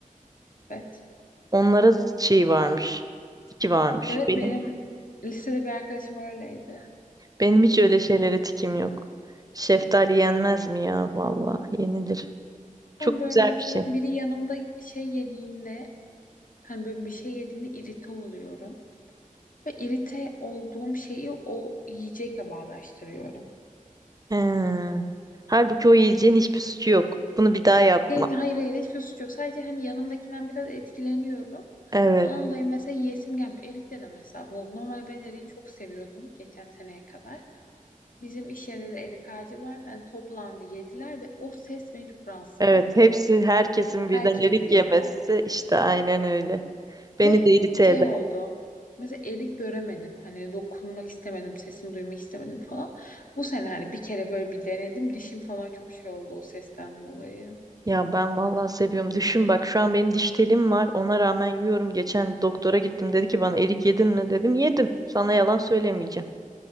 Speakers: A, on the left (about 75°); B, on the right (about 25°).
A: Evet.
B: Onlara şey varmış. Tiki varmış.
A: Evet
B: Benim
A: benim lisede bir arkadaşım öyleydi.
B: benim hiç öyle şeylere tikim yok. Şeftali yenmez mi ya? Vallahi yenilir. Çok
A: Ben böyle
B: güzel
A: mesela
B: bir şey.
A: biri yanımda şey yediğinde hani böyle bir şey yediğinde irite oluyorum. Ve irite olduğum şeyi o yiyecekle bağdaştırıyorum.
B: He. Halbuki o yiyeceğin hiçbir suçu yok. Bunu bir daha yapma.
A: Yani hayır hayır hiçbir suç yok. Sadece hani yanımdakinden biraz etkileniyorum.
B: Evet.
A: Ondan dolayı mesela yiyesim gelmiyor. Erik de de mesela bu oldu. Normalde ben eriği çok seviyordum geçen seneye kadar. Bizim iş yerinde de erik ağacı var. Hani toplandı yediler ve o ses beni çok rahatsız
B: Evet.
A: etti.
B: Hepsi herkesin birden
A: Herkes
B: erik
A: yiyor.
B: yemesi işte aynen öyle. Beni
A: Ve
B: de irite
A: şey
B: eder.
A: oldu. Mesela erik göremedim. Hani dokunmak istemedim, sesini duymak istemedim falan. Bu sene hani bir kere böyle bir denedim. Dişim falan çok şey oldu o sesten dolayı.
B: Ya ben vallahi seviyorum. Düşün bak şu an benim diş telim var. Ona rağmen yiyorum. Geçen doktora gittim. Dedi ki bana erik yedin mi? Dedim yedim. Sana yalan söylemeyeceğim.